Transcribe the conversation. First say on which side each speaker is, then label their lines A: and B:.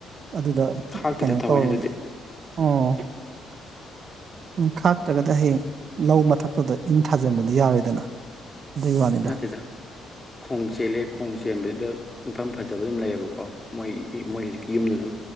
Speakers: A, on the right; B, on the left.
A: ꯑꯗꯨꯗ
B: ꯈꯥꯛꯇꯦꯗ
A: ꯀꯩꯅꯣ
B: ꯊꯑꯣꯏꯅ
A: ꯇꯧꯔꯕꯗꯤ
B: ꯑꯗꯨꯗꯤ
A: ꯑꯣ ꯎꯝ ꯈꯥꯛꯇ꯭ꯔꯒꯗꯤ ꯍꯌꯦꯡ ꯂꯧ ꯃꯊꯛꯇꯨꯗ ꯏꯟ ꯊꯥꯖꯤꯟꯕꯗꯤ ꯌꯥꯔꯣꯏꯗꯅ ꯑꯗꯨꯒꯤ ꯋꯥꯅꯤꯗ
B: ꯅꯠꯇꯦꯗ ꯈꯣꯡ ꯆꯦꯜꯂꯦ ꯈꯣꯡ ꯆꯦꯟꯕꯁꯤꯗ ꯌꯨꯝꯐꯝ ꯐꯖꯕ ꯗꯨꯝ ꯂꯩꯌꯦꯕꯀꯣ ꯃꯣꯏ ꯃꯣꯏ ꯍꯧꯖꯤꯛꯀꯤ ꯌꯨꯝꯗ ꯑꯗꯨꯝ